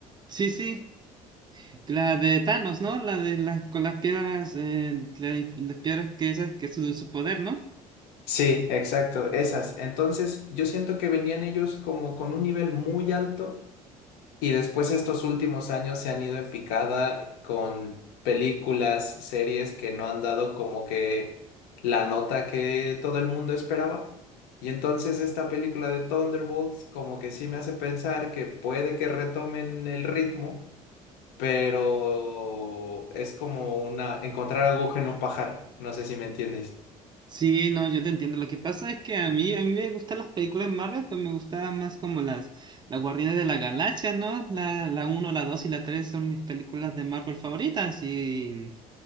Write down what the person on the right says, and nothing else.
Sí, sí, la de Thanos, ¿no? La de las con las piedras, eh, la- inf- las piedras que esas que es su, su poder, ¿no?
Sí, no, yo te entiendo. Lo que pasa es que a mí, a mí me gustan las películas de Marvel, pero me gustaban más como las, las Guardianes de la Galaxia, ¿no? La, la uno la 2 y la 3 son mis películas de Marvel favoritas y...